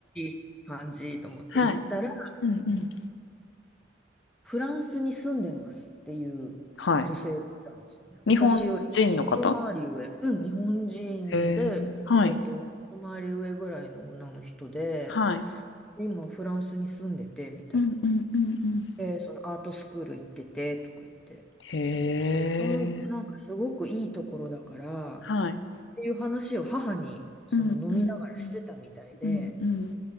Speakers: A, in the centre; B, on the left.
A: い感じと思って行ったら、
B: はい。うんうん。
A: フランスに住んでますっていう女性がいたんですよね。
B: はい。日本人の方？
A: 私より一回り上、うん、日本人で、
B: へえ、はい。
A: えっと、一回り上ぐらいの女の人で、
B: はい。
A: 今フランスに住んでてみたいな。
B: うんうんうんうん。
A: で、そのアートスクール行っててとか言って、
B: へえ。
A: そのなんかすごくいいところだからっていう話を母にその飲みながらしてたみたいで、
B: はい。うんうんうんうんうん。